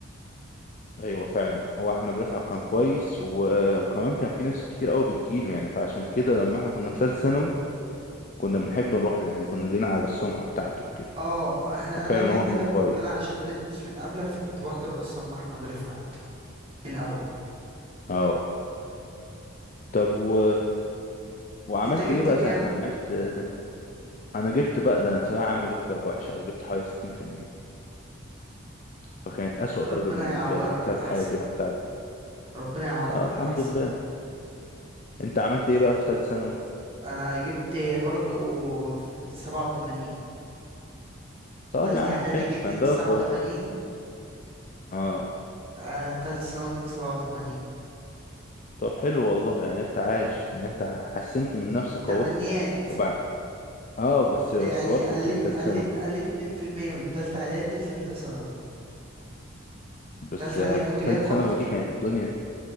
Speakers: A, on the left; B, on the right.
A: ايوه فعلا هو احمد رفعت كان كويس و... وكمان كان في ناس كتير قوي بتجيله يعني فعشان كده لما احنا كنا في ثالثه ثانوي كنا بنحب نروح له يعني كنا جايين على السمعه بتاعته كده
B: اه احنا
A: ففعلا
B: انا كده
A: هو
B: كده
A: كان
B: كنت
A: كويس
B: انا عشان بادئ دروس من قبله فكنت بحضر اصلا مع احمد رفعت من الاول
A: اه طب و وعملت
B: انت جبت
A: ايه بقى
B: كام
A: ساعه لما عرفت ده انا جبت بقى ده انا ثانويه عامه جبت درجه وحشه او جبت حوالي 60% فكانت اسوأ
B: ربنا
A: درجه بالنسبه
B: يعوضك
A: لي جبتها
B: بالاحسن
A: في حياتي بقى في التعليم
B: ربنا يعوضك
A: اه الحمد
B: بالاحسن
A: لله انت عملت ايه بقى في ثالثه ثانوي
B: آه جبت برضو في 87
A: طب
B: تالتة
A: يا عم
B: اعدادي
A: حلو
B: جبت
A: كان
B: 89
A: ده كويس اه
B: آه تالتة ثانوي جبت 87
A: طب حلو والله يعني انت عايش يعني انت حسنت من نفسك
B: تمنيات
A: اهو وبعد اه بس بس
B: يعني
A: برضه
B: قلت
A: كان تالت
B: قلت
A: سنة
B: قلت 2% من تالتة اعدادي لتالتة ثانوي
A: بس
B: تالتة
A: آه،
B: اعدادي كنت
A: في
B: جايب
A: تالت
B: اكتر
A: سنة ودي كانت الدنيا